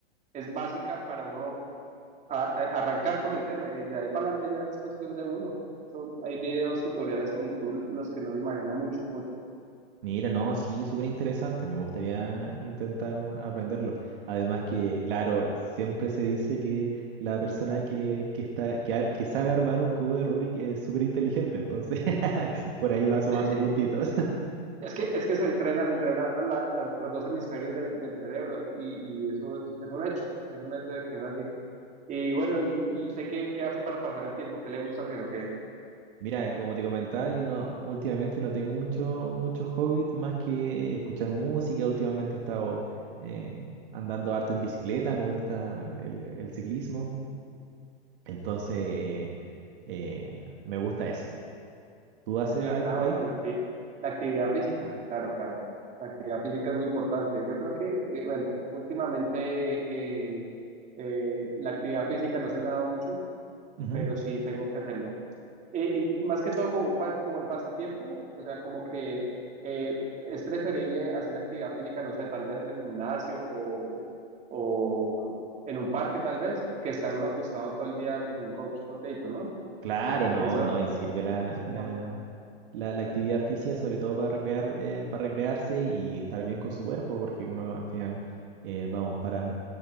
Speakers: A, on the right (about 25°); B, on the right (about 55°).
A: es básica para uno a- a- arrancar con el tema y de ahí para adelante ya es cuestión de uno. Son- hay videos, tutoriales en YouTube, los que no se imaginan mucho, mucho.
B: mira, no, sí, súper interesante. Me gustaría intentar aprenderlo. Además que, claro, siempre se dice que la persona que, que está, que, ar- que sabe armar un cubo de Rubik es súper inteligente. Entonces, <laughs> por ahí va sumando
A: Sí, sí,
B: puntitos.
A: es que, es que se entrena, se entrenan la- la- los dos hemisferios del, del cerebro y, y eso es, es un hecho, es un hecho de que es así. Y bueno, y, y usted qué, qué hace para pasar el tiempo, qué le gusta hacer o qué.
B: Mira, como te comentaba, yo no, últimamente no tengo mucho, muchos hobbies más que escuchar música. Últimamente he estado eh, andando harto en bicicleta, me gusta el, el ciclismo, entonces eh, eh, me gusta eso. ¿Tú haces
A: Sí,
B: algo
A: ah,
B: por
A: bueno,
B: ahí?
A: la, acti- la actividad física, claro, claro. La actividad física es muy importante. Yo creo que, eh, bueno, últimamente eh, eh, la actividad física no se me ha dado mucho,
B: Ujú.
A: pero sí tengo que hacerlo. Eh, y más que todo como, un pa- como el pasatiempo, o sea, como que eh, es preferible hacer actividad física, no sé, tal vez en el gimnasio o, o en un parque tal vez, que estar uno acostado todo el día como un couch potato, ¿no?
B: Claro, no,
A: Eso,
B: no, y sirve la,
A: eso es
B: la, la, la actividad física sobre todo para recrear, eh, para recrearse y estar bien con su cuerpo, porque uno al final eh, vamos para